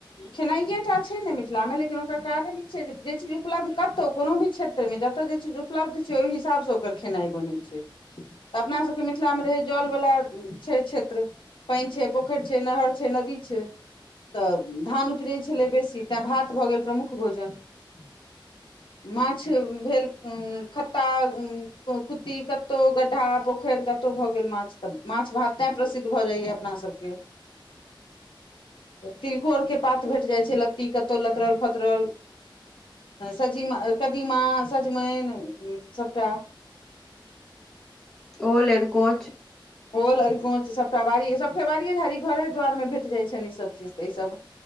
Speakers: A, on the left; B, in the centre.
A: खेनाइए टा छै ने मिथिलामे लेकिन ओकर कारण ई छै जे जे चीज उपलब्ध कतहु कोनो भी क्षेत्रमे जतय जे चीज उपलब्ध छै ओहि हिसाबसँ ओकर खेनाइ बनै छै तऽ अपनासभके मिथिलामे रहै जलवला छै क्षेत्र पानि छै पोखरि छै नहर छै नदी छै। तऽ धान उपजैत छलै बेसी तैँ भात भऽ गेल प्रमुख भोजन <unintelligible> माछ भेल खत्ता खुतटी कतहु गड्ढा पोखरि कतहु भऽ गेल माछ तऽ माछ भात तैँ प्रसिद्ध भऽ जाइए अपनासभके। तिलको आरके पात भेट जाइ छै लत्ती कतहु लतरल फतरल <unintelligible> सज कदीमा सजमनि सभटा। <unintelligible>
B: ओल अड़कोच। <unintelligible>
A: ओल अरकोँच सभटा बाड़ी सभ फेबड़िए झाड़ी घरे दुआरिमे भेट जाइत छनि ईसभ चीज तऽ ईसभ